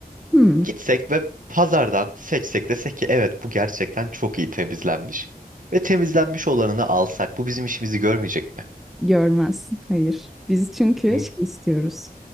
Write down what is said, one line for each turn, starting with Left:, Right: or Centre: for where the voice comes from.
Centre: hmm,
Right: Gitsek ve pazardan seçsek desek ki evet bu gerçekten çok iyi temizlenmiş. Ve temizlenmiş olanını alsak bu bizim işimizi görmeyecek mi?
Centre: görmezsin. Hayır. Biz çünkü
Right: Hı.
Centre: şey istiyoruz.